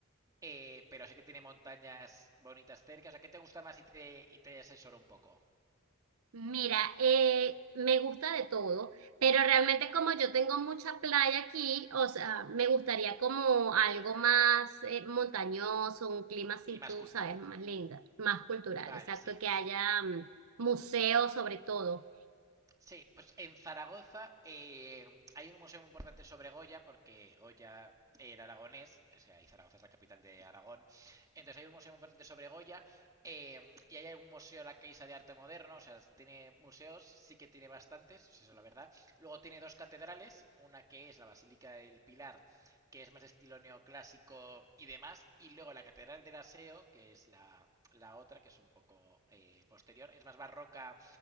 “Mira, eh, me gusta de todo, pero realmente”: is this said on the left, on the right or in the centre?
Right